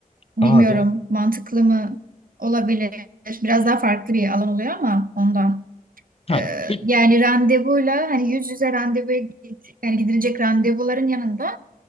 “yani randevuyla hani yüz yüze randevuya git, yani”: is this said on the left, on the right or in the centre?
Right